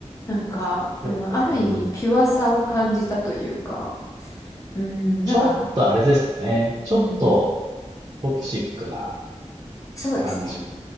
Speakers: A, on the left; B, on the right.
A: なんか、
B: えーうん。
A: うん、ある意味、ピュアさを感じたというか、うん、
B: ちょっとあれですね。
A: なんか、
B: ちょっと
A: うん、
B: トキシックな
A: そうですね。
B: 感じは